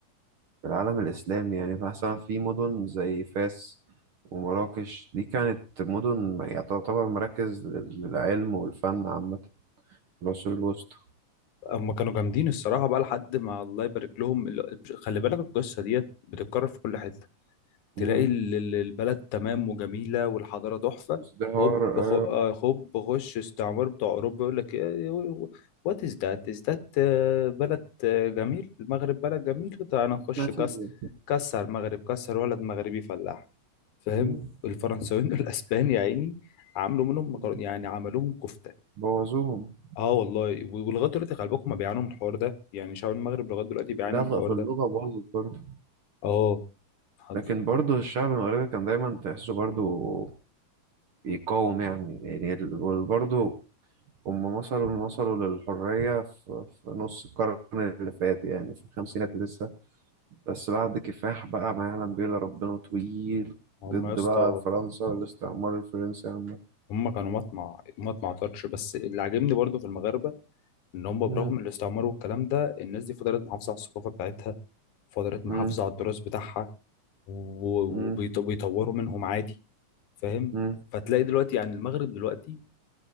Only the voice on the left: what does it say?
هم كانوا جامدين الصراحه بقى لحد ما الله يبارك لهم ال- مش- خلي بالك القصه ديت بتتكرر في كل حته تلاقي
ال- ال- البلد تمام وجميله والحضاره تحفه
هوب خ-
آه، هوب غش استعمار بتاع اوروبا يقول لك وات از ذات از ذات بلد آه، جميل المغرب بلد جميل تعالى نخش
كاس كسر المغرب كسر ولد مغربي فلاح فاهم
الفرنساويين والاسبان يا عيني عملوا منهم
مكرونه يعني عملوهم كفته
اه والله ولغايه دلوقتي خلي بالكم بيعانوا من الحوار ده يعني شعب المغرب لغايه دلوقتي بيعاني
من الحوار
ده
اه حض-
هم
يا اسطى
هم كانوا مطمع مطمع طرش بس اللي عاجبني برضو في المغاربه ان هم
برغم الاستعمار والكلام ده الناس دي فضلت محافظه على الثقافه بتاعتها فضلت
محافظه على التراث بتاعها وبيطوروا
منهم عادي فاهم
فتلاقي دلوقتي يعني المغرب دلوقتي